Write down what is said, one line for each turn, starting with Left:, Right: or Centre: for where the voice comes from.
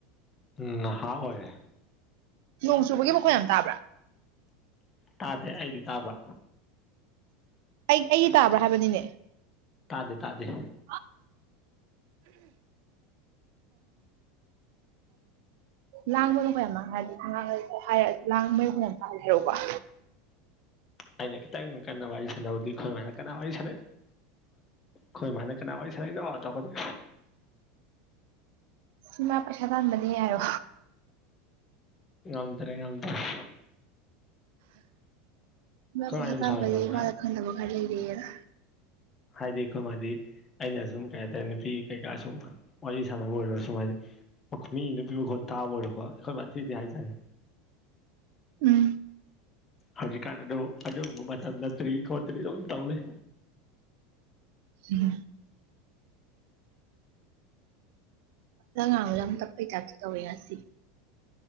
Left: ꯎꯝ ꯅꯍꯥꯛ ꯑꯣꯢꯔꯦ
Right: ꯅꯣꯡ ꯆꯨꯕꯒꯤ ꯃꯈꯣꯏ ꯌꯥꯝ ꯇꯥꯕ꯭ꯔꯥ
Left: ꯇꯥꯗꯦ ꯑꯩꯗꯤ ꯇꯥꯕ꯭ꯔ
Right: ꯑꯩ ꯑꯩꯒꯤ ꯇꯥꯕ꯭ꯔꯥ ꯍꯥꯏꯕꯅꯤꯅꯦ
Left: ꯇꯥꯗꯦ ꯇꯥꯗꯦ
Right: <inaudible> ꯂꯥꯡꯕꯅꯣꯈꯌꯥꯝ ꯃꯥꯡ ꯍꯥꯏꯔꯗꯤꯥꯡ ꯂꯥꯡꯕꯅꯣꯈꯌꯥꯝꯈꯔꯣꯀꯣ <inaudible>
Left: ꯑꯩꯅ ꯈꯤꯇꯪ ꯀꯟꯅ ꯋꯥꯔꯤ ꯁꯥꯟꯅꯕꯗꯤ ꯈꯣꯏ ꯃꯅꯥ ꯀꯅꯥ ꯋꯥꯔꯤ ꯁꯥꯟꯅꯩ ꯈꯣꯏ ꯃꯥꯅ ꯀꯅꯥ ꯋꯥꯔꯤ ꯁꯥꯟꯅꯩꯅꯣ ꯇꯧꯔꯛꯒꯅꯤ
Right: ꯢꯃꯥ ꯄꯩꯁꯥ ꯇꯥꯟꯕꯅꯦ ꯍꯥꯢꯌꯣ
Left: ꯉꯝꯗꯔꯦ ꯉꯝꯗꯔꯦ
Right: ꯏꯃꯥ ꯄꯩꯁꯥ
Left: ꯃꯥ ꯌꯥꯝ
Right: ꯇꯥꯟꯕꯅꯦ
Left: ꯁꯥꯎꯋꯦꯕ ꯈꯪꯕ꯭ꯔꯥ
Right: ꯏꯃꯥꯅ ꯈꯪꯗꯕ ꯈꯔ ꯂꯩꯔꯦꯅ
Left: ꯍꯥꯏꯗꯤ ꯑꯩꯈꯣꯏ ꯃꯥꯗꯤ ꯑꯩꯅ ꯁꯨꯝ ꯀꯩ ꯍꯥꯏꯇꯥꯔꯦ ꯅꯨꯄꯤ ꯀꯩꯀꯥ ꯁꯨꯝ ꯋꯥꯔꯤ ꯁꯥꯟꯅꯕ ꯑꯣꯏꯔꯁꯨ ꯁꯨꯝ ꯃꯤ ꯅꯨꯄꯤ ꯃꯈꯣꯟ ꯇꯥꯕ ꯑꯣꯏꯔꯣꯀꯣ ꯑꯩꯈꯣꯏ ꯊꯤꯊꯤ ꯍꯥꯏꯖꯠꯅꯤ
Right: ꯎꯝ
Left: ꯍꯧꯖꯤꯛꯀꯥꯟꯗꯣ ꯑꯗꯨ ꯃꯇꯝ ꯅꯠꯇ꯭ꯔꯤ ꯈꯣꯠꯇ꯭ꯔꯤ ꯑꯗꯨꯝ ꯇꯧ ꯂꯩ
Right: ꯎꯝ <inaudible> ꯅꯪ ꯉꯥꯡꯕꯁꯦ ꯌꯥꯝ ꯇꯥꯞꯄꯩ ꯇꯥꯢꯞ ꯇꯧꯋꯦ ꯉꯁꯤ